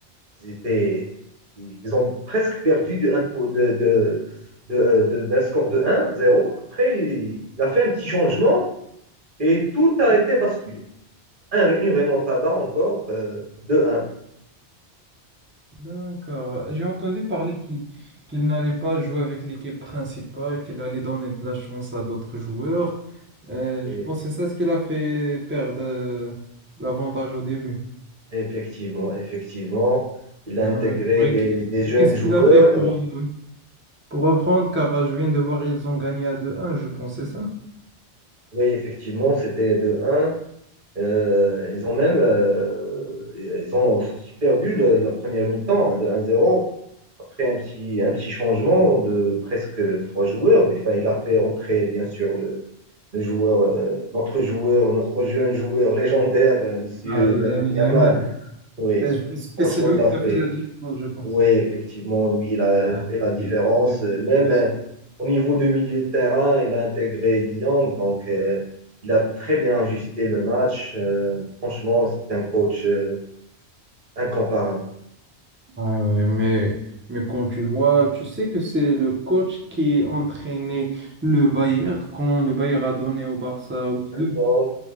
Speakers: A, on the right; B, on the right.
A: ils étaient ils ont presque perdu du, un po- de, de, de- de- d'un score de un zéro Après, il, a fait un petit changement et tout a
B: ouais,
A: été basculé. Un- une remontada encore euh, de
B: d'accord. J'ai entendu parler qu'il qu'il n'allait pas jouer avec l'équipe principale, qu'il allait donner de la chance à d'autres joueurs. Euh,
A: un
B: je pense que c'est ça ce qu'il a fait perdre euh, l'avantage au début.
A: Effectivement, effectivement. Il
B: D'accord.
A: a intégré
B: Et
A: des,
B: qu-
A: des jeunes
B: Qu'est-ce
A: joueurs.
B: qu'il a fait pour...
A: Euh,
B: euh, Pour reprendre, car je viens de voir, ils ont gagné à 2-1, je pense, c'est ça?
A: Oui, effectivement, c'était de un Euh, ils ont même euh, ils ont sorti perdu le- la première mi-temps hein, de 1-0. Après un petit, un petit changement de presque trois joueurs. Enfin, il a fait entrer, bien sûr, le, le joueur, euh, notre joueur, notre jeune joueur légendaire, euh, Monsieur
B: Ah, le
A: Lamine
B: Yamin
A: Yamal.
B: Yamal.
A: Oui,
B: Et je pense que
A: franchement,
B: c'est lui
A: il l'a
B: qui
A: fait.
B: a fait la différence, je pense.
A: Oui, effectivement, lui, il a
B: Ah,
A: fait la différence.
B: c'est- Deux
A: Euh, Même
B: plus.
A: euh, au niveau de milieu de terrain, il a intégré Dieng, donc euh, il a très bien ajusté le match. Euh, franchement, c'est un coach euh, incomparable.
B: Ouais, ouais, mais, mais quand tu vois, tu sais que c'est le coach qui entraînait le Bayern quand le Bayern a donné au Barça 8 deux.
A: Bon,